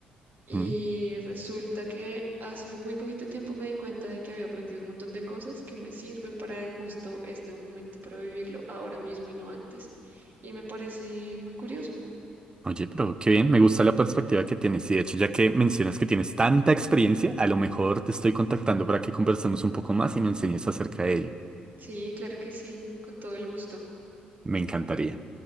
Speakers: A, on the right (about 45°); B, on the right (about 20°).
A: Y
B: Mm.
A: resulta que hace muy poquito tiempo me di cuenta de que había aprendido un montón de cosas que me sirven para justo este momento, para vivirlo ahora mismo y no antes. Y me parece muy curioso.
B: Oye, pero qué bien, me gusta la perspectiva que tienes y de hecho ya que mencionas que tienes tanta experiencia, a lo mejor te estoy contactando para que conversemos un poco más y me enseñes acerca de ello.
A: Sí, claro que sí, con todo el gusto.
B: Me encantaría.